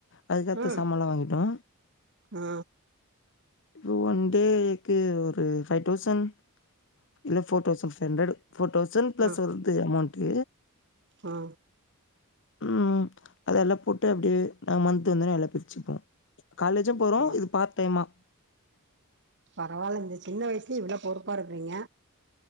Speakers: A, on the left; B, on the right.
A: அதுக்கேத்த
B: ம்
A: சாமால்லா வாங்கிட்டோ
B: ஆ
A: ஒன் டேக்கு ஒரு ஃபைவ் தௌசண்ட் இல்ல four thousand five hundred four thousand பிளஸ்
B: ஆ
A: வருது அமௌண்ட்டு
B: ஆ
A: ம் அதெல்லா போட்டு அப்டியே நாங்க மந்த்து வந்தனே எல்லா பிரிச்சுப்போ காலேஜூம் போறோ
B: ம்
A: இது பார்ட் டைமா
B: பரவால்ல இந்த சின்ன வயசுலயே இவ்வள பொறுப்பா இருக்கறீங்க